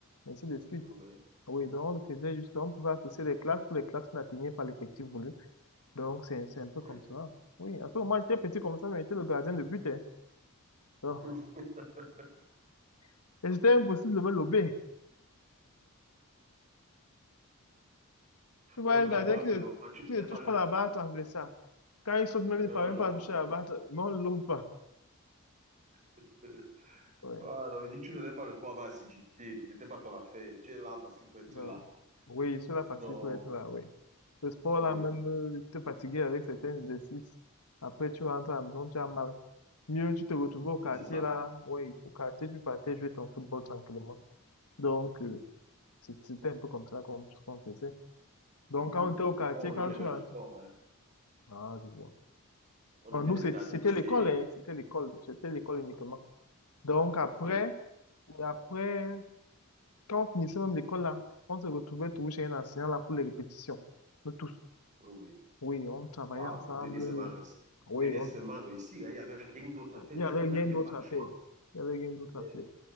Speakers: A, on the left; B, on the right.
A: et ainsi de suite.
B: Oui,
A: Oui, donc on le faisait justement, on pouvait associer les classes pour les classes qui n'atteignaient pas l'effectif voulu. Donc, c'est, c'est un peu
B: oui.
A: comme
B: oui.
A: ça. Oui, en ce moment j'étais petit comme ça, mais j'étais le gardien de but. hein. Donc,
B: <laughs>
A: <laughs> et c'était impossible de me lober. Tu vois,
B: Non,
A: un
B: je
A: gardien
B: comprends rapidement.
A: qui ne,
B: Ah, Tu faisais
A: qui ne touche
B: pas le.
A: pas la barre transversale. Quand il saute, même,
B: Mais
A: il ne parvient
B: on le lobe
A: pas à toucher
B: pas.
A: la barre, tra- mais on ne le lobe pas.
B: <laughs>
A: Ouais.
B: Ah, j'avais dit que tu faisais pas le sport avec assiduité. C'était pas ton affaire. Tu es là parce qu'il faut être
A: Donc,
B: là.
A: oui, sur
B: Sinon,
A: la partie, il faut être là, oui. Ce sport-là,
B: oui, oui.
A: même, euh, te fatiguer avec certains exercices. Après, tu rentres à la maison, tu as mal. Mieux, tu te retrouves au quartier,
B: Et c'est ça.
A: là. Oui, au quartier, tu partais jouer ton football tranquillement. Donc, euh, c'est- c'était un peu comme ça qu'on qu'on faisait.
B: Mhm.
A: Donc, quand on était au quartier,
B: Bon, nous,
A: quand
B: on aimait
A: tu rentrais,
B: le sport, hein.
A: Ah, je vois.
B: On
A: Non,
B: était
A: nous,
B: les
A: c'est-
B: stars
A: c'était
B: du lycée.
A: l'école, hein. C'était l'école. C'était l'école uniquement. Donc, après,
B: Oui,
A: ouais, après, quand on finissait même l'école, là, on se retrouvait tous chez un enseignant, là, pour les répétitions. Nous tous.
B: oui, oui.
A: Oui, on travaillait
B: Waouh,
A: ensemble.
B: vous deviez seulement réussir.
A: Oui,
B: Vous deviez
A: on-
B: seulement réussir, hein. Il n'y avait rien d'autre à
A: il
B: faire.
A: n'y
B: Ça
A: avait
B: dit, vous
A: rien
B: n'aviez
A: d'autre
B: pas le
A: à
B: choix.
A: faire. Il n'y avait rien d'autre
B: Oui.
A: à faire.